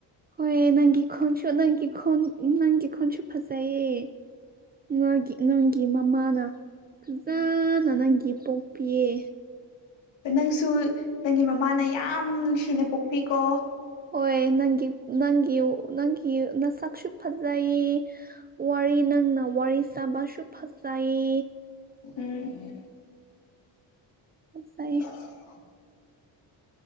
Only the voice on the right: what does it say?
ꯍꯣꯏ ꯅꯪꯒꯤ ꯈꯣꯟꯁꯨ ꯅꯪꯒꯤ ꯈꯣꯟ ꯅꯪꯒꯤ ꯈꯣꯟꯁꯨ ꯐꯖꯩꯌꯦ ꯅꯒꯤ ꯅꯪꯒꯤ ꯃꯃꯥꯅ ꯐꯖꯅ ꯅꯪꯒꯤ ꯄꯣꯛꯄꯤꯑ
ꯍꯣꯏ ꯅꯪꯒꯤ ꯅꯪꯒꯤ ꯅꯪꯒꯤ ꯅꯁꯛꯁꯨ ꯐꯖꯩ ꯋꯥꯔꯤ ꯅꯪꯅ ꯋꯥꯔꯤ ꯁꯥꯕꯁꯨ ꯐꯖꯩ
ꯐꯖꯩ